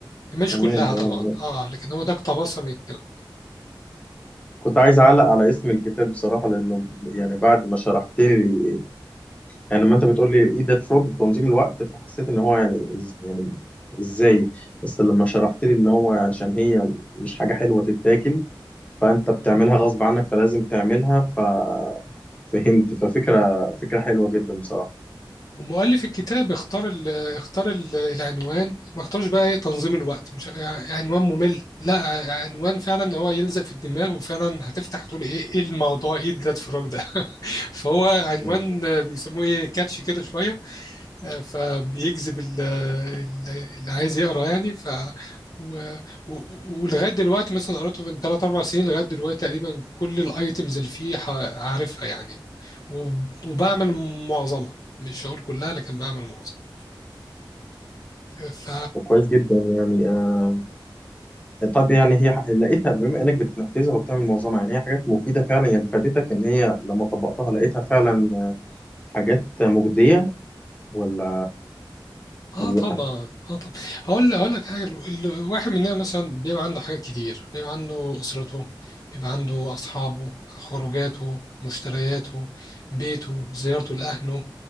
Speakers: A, on the left; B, on the left.
A: مش
B: تمام
A: كلها
B: تمام
A: طبعا اه لكن هو ده اقتبسها من الكلام
B: كنت عايز اعلق على اسم الكتاب بصراحة لانه يعني بعد ما شرحت لي يعني لما انت بتقول لي ايه ده فروج تنظيم الوقت فحسيت ان هو يعني إز- يعني ازاي بس لما شرحت لي ان هو عشان هي مش حاجه حلوه تتاكل فانت بتعملها غصب عنك فلازم تعملها ففهمت ففكره فكره حلوه جدا بصراحه
A: ومؤلف الكتاب اختار ال اختار ال العنوان ما اختارش بقى ايه تنظيم الوقت مش ع- عنوان ممل لا ع- عنوان فعلا هو يلزق في الدماغ وفعلا هتفتح تقول ايه ايه الموضوع ايه ده الفراغ ده <laughs> فهو عنوان
B: مم.
A: بيسموه ايه كاتشي كده شويه فبيجذب ال- ال- اللي عايز يقرا يعني ف و... و... ولغايه دلوقتي مثلا قراته من 3 4 سنين لغايه دلوقتي تقريبا كل الايتمز اللي فيه ح- عارفها يعني و... وبعمل معظمها مش هقول كلها لكن بعمل معظمها ف
B: وكويس جدا يعني آه، طب يعني هي ح- لقيتها بما انك بتنفذها وبتعمل معظمها يعني هي حاجات مفيده فعلا يعني فادتك ان هي لما طبقتها لقيتها فعلا آه، حاجات مجديه ولا
A: اه
B: ولا
A: طبعا اه طبعا هقول هقول لك حاجه ال- ال- الواحد مننا مثلا بيبقى عنده حاجات كتير بيبقى عنده اسرته بيبقى عنده اصحابه خروجاته مشترياته بيته زيارته لاهله